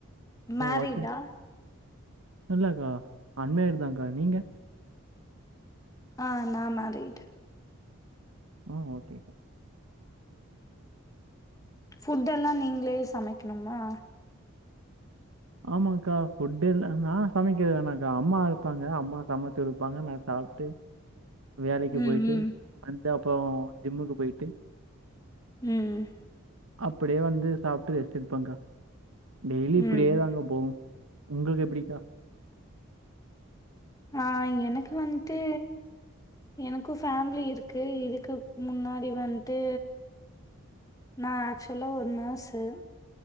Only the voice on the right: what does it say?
ஒகே இல்லக்கா அன் மேரிட் தாங்க்கா நீங்க
ம் ஓகேக்கா
ஆமாக்கா ஃபுட்டெல்லா நா சமைக்க வேணாக்கா அம்மா இருப்பாங்க அம்மா சமச்சிருப்பாங்க நா சாப்ட்டு வேலைக்கு
போய்ட்டு
வன்ட்டு அப்புறோ ஜிம்முக்கு போய்ட்டு
அப்டியே வந்து சாப்ட்டு ரெஸ்ட் எடுப்பங்க்கா டெய்லி இப்டியேதா
போவு உங்களுக்கு எப்டிக்கா